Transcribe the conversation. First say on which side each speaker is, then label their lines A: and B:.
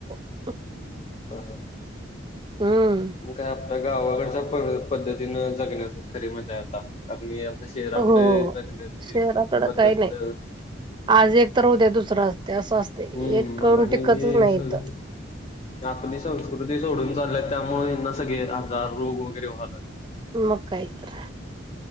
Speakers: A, on the right (about 25°); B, on the left (about 30°).
A: हो.
B: ह हा.
A: हम्म.
B: काय आपल्या गावाकडच्या पद्धतीन जगण्यात खरी मजा यता कार आता शहराकडे
A: हो
B: जगण्याची
A: शहराकडं
B: पद्धत
A: काही नाही आज एक तर होद्या दुसरं असते असं असते
B: हम्म
A: एक करण
B: मग आणि
A: टिकतच
B: हे
A: नाही
B: सगळं
A: तर
B: आपली संस्कृती सोडून चालल्या त्यामुळे हना सगळे आजार रोग वगैरे व्हाला.
A: मुक्काायत